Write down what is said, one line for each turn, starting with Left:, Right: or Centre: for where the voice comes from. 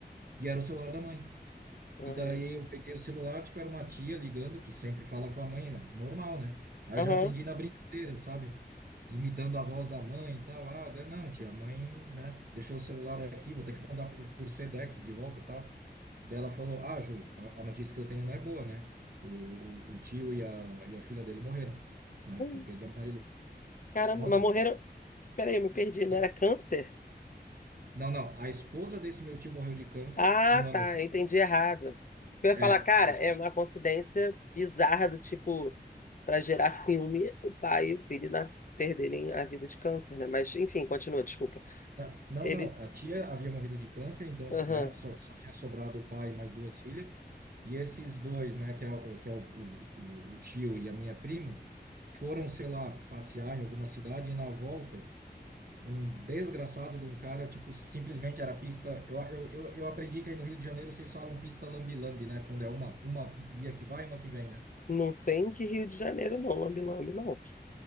Right: e era o celular da mãe.
Left: Uhum.
Right: E daí eu peguei o celular, tipo, era uma tia ligando, que sempre fala com a mãe, né? normal, né? Aí
Left: Aham.
Right: eu já atendi na brincadeira, sabe? Imitando a voz da mãe e tal. Ah, daí, não, tia, a mãe, né? Deixou o celular aqui, vou ter que mandar por, por Sedex de volta e tal. Daí ela falou, ah, Júlio, a, a notícia que eu tenho não é boa, né? O, o, o tio e a, e a filha dele morreram, né?
Left: Hum,
Right: O tio Pedro e a Marilu.
Left: Caramba,
Right: Ah, nossa,
Left: mas morreram. Peraí, eu me perdi. Não
Right: de-
Left: era câncer?
Right: não, não, a esposa desse meu tio morreu de câncer
Left: Ah,
Right: um
Left: tá.
Right: ano.
Left: eu Entendi errado. Eu ia
Right: É,
Left: falar, cara,
Right: a es-
Left: é uma coincidência bizarra do tipo, para gerar filme, o pai e o filho nas... perderem a vida de câncer, né? Mas, enfim, continua, desculpa.
Right: Na- Não,
Left: Ele.
Right: não, a tia havia morrido de câncer, então,
Left: Aham.
Right: né, só, só tinha sobrado o pai e mais duas filhas, e esses dois, né, que é, o- que é o, o, o o tio e a minha prima, foram, sei lá, passear em alguma cidade e na volta, um desgraçado de um cara, tipo, simplesmente era pista, eu, eu, eu, eu aprendi que aí no Rio de Janeiro vocês falam pista lambi-lambi, né, quando é uma, uma via que vai e uma que vem, né?
Left: Não sei em que Rio de Janeiro, não, lambe-lambe, não.